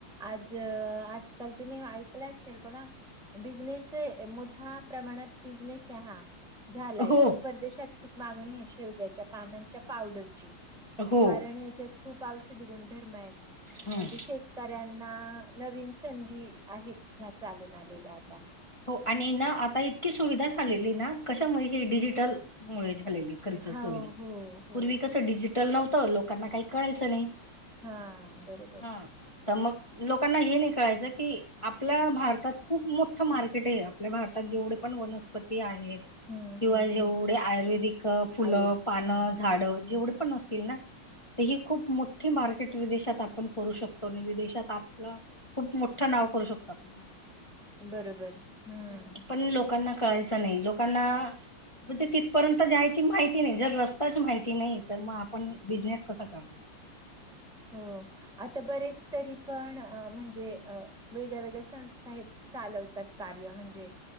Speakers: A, in the centre; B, on the left.
A: आज आजकाल तुम्ही ऐकल असेल बघा... बिझनेस मोठ्या प्रमाणात बिझनेस आहे हा... झालाय
B: हो
A: की परदेशात खूप मागणी आहे शेवग्याच्या पानांच्या पावडरची..
B: हो
A: कारण याच्यात खूप औषधी गुणधर्म आहेत
B: हम्म
A: म्हणजे शेतकऱ्यांना... नवीन संधी आहेत ह्या चालून आलेल्या आता...
B: हो आणि ना आता इतकी सुविधा झालेली ना कशामुळे हे डिजिटल मुळेच.... झारी तर
A: हो
B: सोय
A: हो हो.
B: पूर्वी कसं डिजिटल नव्हतं लोकांना काही कळायचं नाही...
A: हा बरोबर....
B: हा तर मग लोकांना हे नाही कळायचं की आपल्या भारतात खूप मोठं मार्केट... टे आपल्या भारतात जेवढे पण वनस्पती आहेत.
A: हं
B: किंवा
A: हं
B: जेवढे
A: हं.
B: आयुर्वेदिक फुलं,
A: आयुर
B: पानं,
A: हां.
B: झाडं जेवढे
A: हं.
B: पण असतील ना? तर ही खूप मोठी मार विदेशात आपण करू शकतो आणि विदेशात आपलं खूप मोठं नाव करू शकतो आपण
A: बरोबर. हं.
B: हम्म. पण लोकांना कळायचं नाही लोकांना म्हणजे तिथपर्यंत जायची माहिती नाही, जर रस्ताच माहिती नाही तर मग आपण बिझनेस कसा करणार.
A: हो. आता बरेच तरी पण अ म्हणजे अ वेगळ्या वेगळ्या संस्था हे चालवतात कार्य म्हणजे